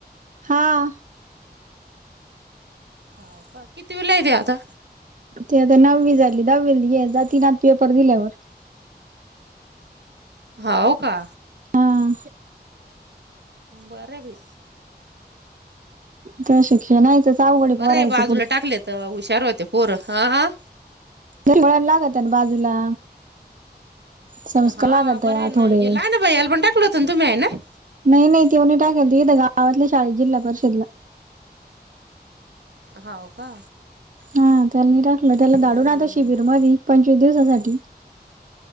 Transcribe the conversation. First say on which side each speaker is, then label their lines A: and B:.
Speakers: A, on the right; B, on the right.
A: हां
B: हाव का, कितीवीला हाय ते आता?
A: ते आता नववी झाली, दहावी ये जाती नात पेपर दिल्यावर.
B: होवो का.
A: हां
B: बरेबी
A: त्या शिक्षणायचं आवगडी
B: बरं
A: पोरायचं
B: आहे बाजूला
A: पुढचं
B: टाकले तर, हुशार होते पोरं हां
A: <unintelligible> लागतन बाजूला संस्कार
B: हा,
A: लागत
B: बरं हाय
A: थोडे
B: ना, येला भैयाला पण टाकल होतं तुमही हे ना.
A: नाही, नाही तेवनी टाकाय इथं गावातल्या शाळेत जिल्हा परिषदला
B: हावं का
A: हा, त्याला मी टाकलं त्याला
B: हम्म
A: धाडून आता शिबीर मधी पंचवीस दिवसासाठी